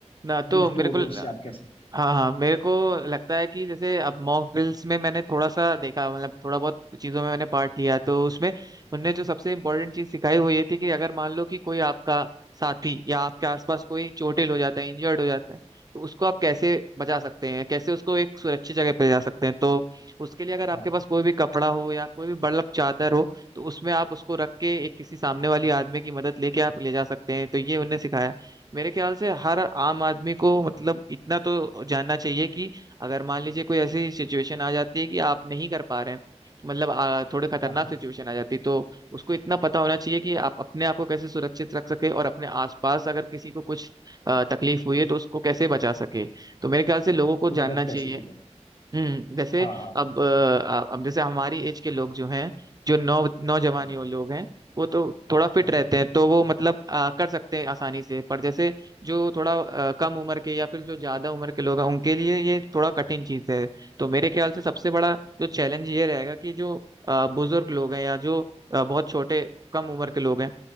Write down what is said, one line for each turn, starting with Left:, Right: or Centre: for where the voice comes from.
Right: ना तो
Left: यूज
Right: मेरे
Left: टू होगे
Right: को
Left: उससे आप कैसे
Right: हाँ हाँ मेरे को लगता है कि जैसे अब मॉक ड्रिल्स में मैंने थोड़ा सा देखा मतलब थोड़ा बहुत चीजों में मैंने पार्ट लिया तो उसमें उनने जो सबसे इम्पोर्टेंट चीज सिखाई वो ये थी कि अगर मान लो कि कोई आपका साथी या आपके आसपास कोई चोटिल हो जाता है इंजर्ड हो जाता है तो उसको आप कैसे बचा सकते हैं कैसे उसको एक सुरक्षित जगह पे ले जा सकते हैं तो उसके लिए अगर आपके
Left: हाँ
Right: पास कोई भी कपड़ा हो या कोई भी बर्लप चादर हो तो उसमें आप उसको रख के एक किसी सामने वाली आदमी की मदद लेके आप ले जा सकते हैं तो ये उनने सिखाया मेरे ख्याल से हर आम आदमी को मतलब इतना तो जानना चाहिए कि अगर मान लीजिए कोई ऐसी सिचुएशन आ जाती है कि आप नहीं कर पा रहे हैं मतलब आ, थोड़े खतरनाक
Left: हाँ हाँ
Right: सिचुएशन आ जाती है तो उसको इतना पता होना
Left: हाँ
Right: चाहिए कि आप अपने आप को कैसे सुरक्षित रख सके और अपने आसपास अगर किसी को कुछ आ, तकलीफ हुई है तो उसको कैसे बचा सके तो मेरे ख्याल से लोगों को
Left: की
Right: जानना
Left: मदद
Right: चाहिए
Left: कैसे की जाती
Right: हम्म जैसे
Left: है? हाँ हाँ
Right: अब अ, अब जैसे हमारी एज के लोग जो हैं जो नौ नौजवान
Left: हम्म,
Right: यो लोग हैं वो तो थोड़ा
Left: हाँ
Right: फिट रहते हैं तो वो मतलब अ, कर सकते हैं आसानी से पर जैसे जो थोड़ा अ, कम उम्र के या फिर जो ज्यादा उम्र के लोग हैं उनके लिए ये थोड़ा कठिन चीज है तो मेरे ख्याल से सबसे बड़ा जो चैलेंज ये रहेगा कि जो अ, बुजुर्ग लोग हैं या जो अ, बहुत छोटे कम उम्र के लोग हैं